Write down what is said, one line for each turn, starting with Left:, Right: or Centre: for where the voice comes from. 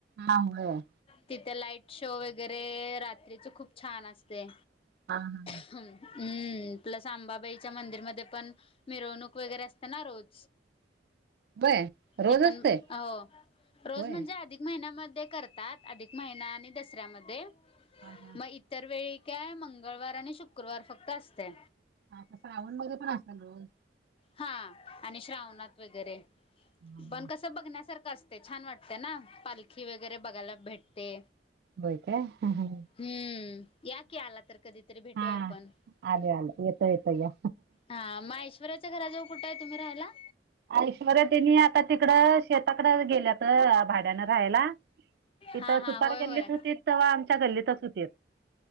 Right: हा हय.
Left: तिथे लाईट शो वगैरे रात्रीचे खूप छान असते.
Right: <unintelligible>
Left: ह हम्म, प्लस अंबाबाईच्या मंदिरमध्ये पण मिरउनिक वगैरे असस्ना रोज.
Right: होय रोज
Left: ते पण
Right: असतंय
Left: हो रोज
Right: होय.
Left: म्हणजे आधिक महिन्यामध्ये करतात अधिक महिना आणि दसऱ्यामध्ये,
Right: हा हा.
Left: मग इतर वेळी काय मंगळवार आणि शुक्रवार फक्त असते.
Right: हा त श्रावण मध्ये पण असतात.
Left: हा आणि श्रावणात वगैरे,
Right: हा
Left: पण
Right: हा.
Left: कस बघण्यासारखं असते छान वाटते ना पालखी वगैरे बघायला भेटते.
Right: हो काय हम्म हम् हम्.
Left: हम्म, या की आला तर कधीतरी भेटूया
Right: हा
Left: आपण.
Right: आले येतो येतो या.
Left: हां, मग ऐश्वर्याच्या घराजऊळ कुठे आहे तुम्ही राहायला?
Right: ऐश्वर्या त्यांनी आता तिकडं शेताकडे गेल्यात भाड्यानं राहायला. इथं
Left: हा हा
Right: सुतार
Left: होय
Right: गल्लीत
Left: होय
Right: होती तव्हां आमच्या गल्लीतच होती.